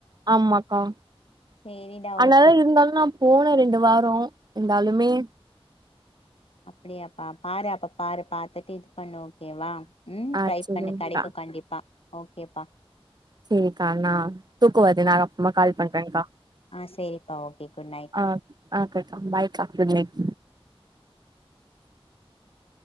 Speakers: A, on the right; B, on the left.
A: ஆமாக்கா
B: சேரிடா
A: அதனாலதா
B: ஓகே
A: இருந்தாலு நா போனே ரெண்டு வாரோ இருந்தாலுமே
B: அப்பிடியாப்பா பாரு அப்ப பாரு பாத்துட்டு இது பண்ணு ஓகேவா ம்
A: ஆ
B: ட்ரை
A: சரிங்க்கா
B: பண்ணு கெடைக்கு கண்டிப்பா. ஓகேப்பா
A: செரிக்கா நா தூக்கோ வருது நா அப்றமா கால் பண்றேன்க்கா
B: ஆ சேரிப்பா ஓகே குட் நைட்
A: ஆ ஓகேக்கா பாய்க்கா குட் நைட். <inaudible>